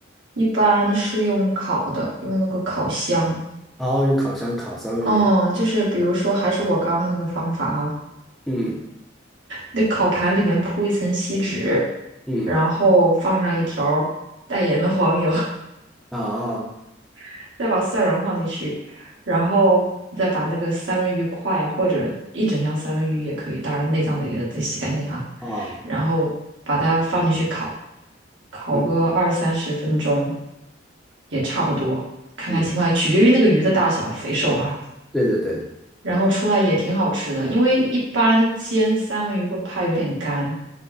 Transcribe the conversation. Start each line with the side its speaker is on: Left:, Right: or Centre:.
Right: 一般是用烤的，用那个烤箱。
Centre: 然后用烤箱烤三文鱼。
Right: 哦，就是比如说，还是我刚刚那个方法啊，
Centre: 嗯
Right: 那烤盘里面铺一层锡纸，
Centre: 嗯
Right: 然后放上一条带盐的黄油，
Centre: 啊啊
Right: <laughs> 再把蒜蓉放进去，然后你再把那个三文鱼块或者一整条三文鱼也可以，当然内脏得给它自己洗干净哈，
Centre: 啊，
Right: 然后把它放进去烤，烤个二三十分钟
Centre: 嗯
Right: 也差不多，看看情况，
Centre: 嗯，
Right: 取决于那个鱼的大小肥瘦哈。
Centre: 对对对，
Right: 然后出来也挺好吃的，因为一般煎三文鱼会怕有点干，